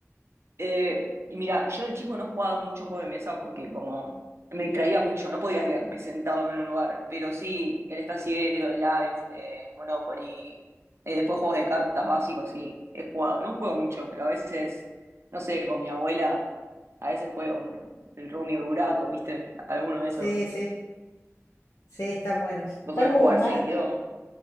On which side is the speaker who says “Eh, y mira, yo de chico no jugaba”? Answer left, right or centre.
Right